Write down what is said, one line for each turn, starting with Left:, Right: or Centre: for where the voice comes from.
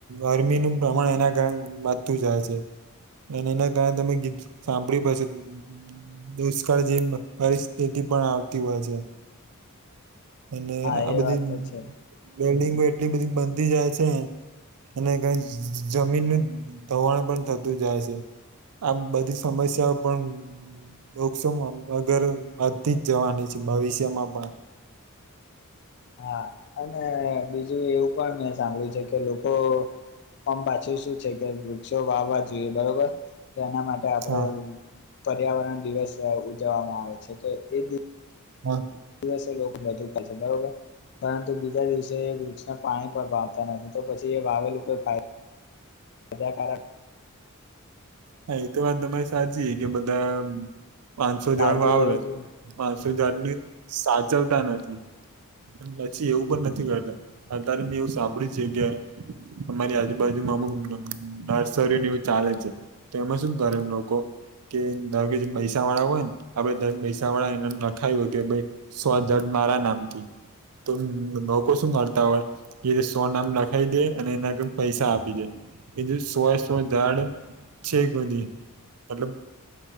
Right: ગરમીનું પ્રમાણ એના કારણે. માથું જાય છે અને એના કારણે તમે ગીત સાંભળવા પડશે. દુષકાળ જે પરિસ્થિતિ પણ આવતી હોય છે. અને
Left: હા
Right: આ
Left: એ
Right: બધી
Left: વાત તો છે
Right: બિલ્ડિંગો એટલી બધી બનતી જાય છે. અને કંઈ જમીનનું ધવાણ પણ થતું જાય છે. આ બધી સમસ્યાઓ પણ બ શું અગર આજથી જ જવાની છે, ભાવિષ્યમાં પણ?
Left: હા, અને બીજું એવું પણ મેં સાંભળ્યું છે કે લોકો પણ પાછું શું છે કે વૃક્ષો વાવવા જોઈએ, બરોબર. તેના માટે આપડે
Right: હા
Left: પર્યાવરણ દિવસ ઉજવવામાં આવે છે, તો એ.
Right: હા.
Left: દિવસે લોકો બધું કરશે, બરોબર. પરંતુ બીજા દિવસે એ વૃક્ષના પાણી પર વાવતા નથી, તો પછી એ વાવેલું કોઈ ફાયદો. એના કારણે
Right: હા, એ તો વાત તમારી સાચી કે બધા. પાંચસો
Left: કાળજી
Right: ઝાડ વાવે,
Left: લેવી જોઈએ
Right: પાંચસો ઝાડ ની સાચવતા નથી. પછી એવું પણ નથી કરતા. અત્યારે મેં એવું સાંભળ્યું છે કે અમારી આજુબાજુ. અમુક નર્સરીને એવું ચાલે છે, તો એમાં શું કરે લોકો? કે તાવીરી પૈસાવાળા હોય ન આપડે તરત પૈસાવાળા એને લખાયું હોય કે ભઈ સો હ મારા નામથી તો લોકો શું મળતા હોય એ સો નામ લખાઈ દે અને એના આગળ પૈસા આપી દે. એજ સવાય સવારે ઝાડ છે બધી મતલબ